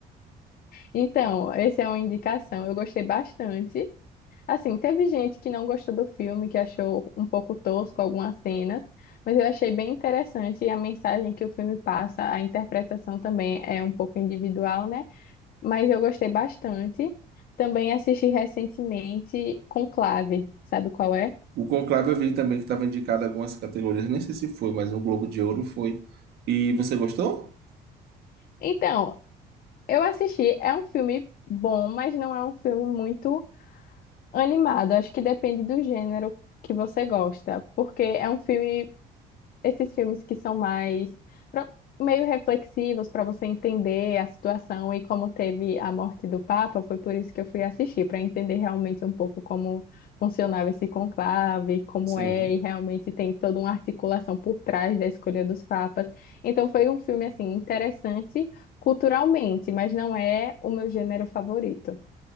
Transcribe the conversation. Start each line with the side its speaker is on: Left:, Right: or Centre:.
Left: Então, essa é uma indicação, eu gostei bastante. Assim, teve gente que não gostou do filme, que achou um pouco tosco algumas cenas, mas eu achei bem interessante e a mensagem que o filme passa, a interpretação também é um pouco individual, né? Mas eu gostei bastante. Também assisti recentemente Conclave, sabe qual é?
Right: O Conclave eu vi também que estava indicado em algumas categorias, nem sei se foi, mas no Globo de Ouro foi. E você gostou?
Left: Então, eu assisti, é um filme bom, mas não é um filme muito animado. Acho que depende do gênero que você gosta, porque é um filme esses filmes que são mais pra- meio reflexivos para você entender a situação e como teve a morte do Papa, foi por isso que eu fui assistir, para entender realmente um pouco como funcionava esse conclave, como
Right: Sim,
Left: é, e realmente tem toda uma articulação por trás da escolha dos papas. Então foi um filme assim interessante culturalmente, mas não é o meu gênero favorito.